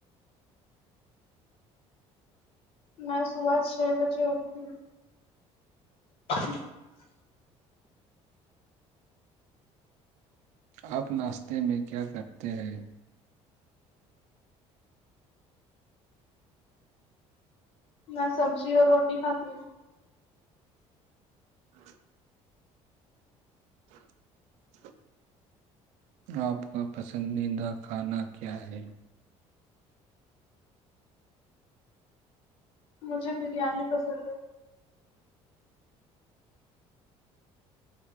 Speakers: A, on the left; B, on the right.
A: میں صبح چھ بجے اٹھتی ہوں <inaudible>
B: آپ ناشتے میں کیا کرتے ہیں
A: میں سبزی اور روٹی کھاتی ہوں
B: ہاں <inaudible> آپ کا پسندیدہ کھانا کیا ہے
A: مجھے بریانی پسند ہے